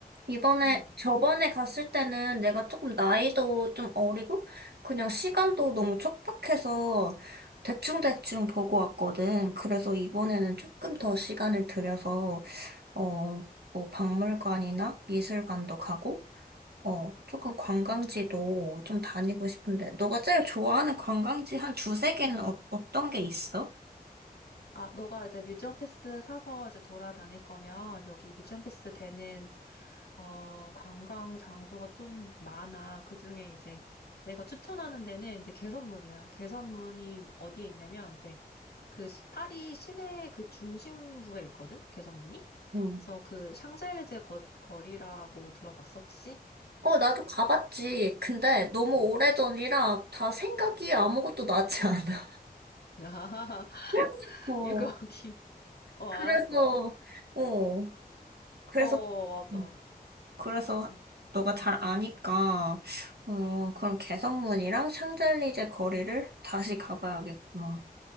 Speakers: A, on the right (about 80°); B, on the left (about 80°).
A: 이번에,
B: 음.
A: 저번에 갔을 때는 내가 조금 나이도 좀 어리고, 그냥 시간도 너무 촉박해서 대충대충 보고 왔거든. 그래서 이번에는 조금 더 시간을 들여서, 어, 뭐 박물관이나 미술관도 가고, 어, 조금 관광지도 좀 다니고 싶은데, 너가 제일 좋아하는 관광지 한 두세 개는 어, 어떤 게 있어?
B: 아, 너가 이제 뮤지엄 패스 사서 이제 돌아다닐 거면 여기 뮤지엄 패스 되는 어, 관광 장소가 좀 많아. 그중에 이제 내가 추천하는 데는 이제 개선문이야. 개선문이 어디에 있냐면 이제 그 시- 파리 시내 그 중심부에 있거든. 개선문이.
A: 응.
B: 그래서 그 샹젤리제 거, 거리라고 들어봤어, 혹시?
A: 어, 나도 가봤지. 근데 너무
B: <laughs>
A: 오래전이라 다 생각이 아무것도 나지 않아.
B: 아,
A: <laughs> 어,
B: 이거 거기. 어, 알았어.
A: 그래서,
B: 보,
A: 어, 그래서,
B: 어, 맞아.
A: 음. 그래서
B: 응.
A: 너가 잘 아니까, 어, 그럼 개선문이랑 샹젤리제 거리를 다시 가봐야겠구나.